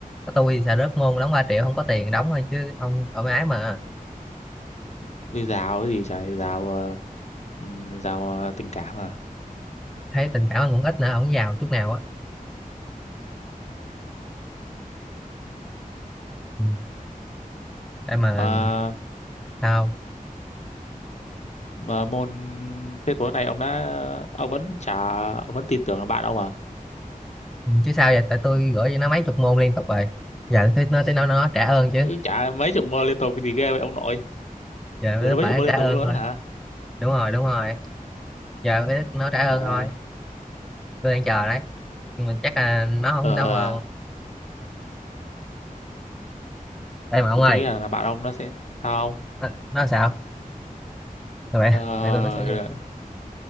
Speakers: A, in the centre; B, on the left.
A: có tôi xà rớt môn đóng 3 triệu không có tiền đóng thôi chứ ông ở mái mà
B: Tôi giáo cái gì trời giáo ờ, ừ, giáo ờ, tình cảm à
A: thấy tình cảm ông cũng ít nữa ông giàu chút nào á Ừ. Đây mà
B: mà
A: sao
B: mà môn thế tối nay ông đã ông vẫn chả ông vẫn tin tưởng là bạn ông à
A: Ừ, chứ sao vậy tại tôi gửi cho nó mấy chục môn liên tục rồi giờ tới nó tới nó nó trả ơn
B: Ừ,
A: chứ
B: chả mấy chục môn liên tục thì ghê vậy ông nội
A: giờ
B: rồi
A: nó
B: nó mấy
A: phải
B: chục môn
A: trả
B: liên
A: ơn
B: tục luôn
A: thôi
B: đó hả
A: đúng rồi đúng rồi giờ phải nó trả
B: trời
A: ơn
B: ơi
A: thôi tôi đang chờ đấy nhưng mà chắc là nó không
B: ờ
A: đâu
B: ờ,
A: mà đây mà ông
B: tôi
A: ơi
B: tôi nghĩ là, là bạn ông nó sẽ sao không
A: nó, nó sao vậy
B: ờ,
A: tại tôi nó sẽ
B: ờ,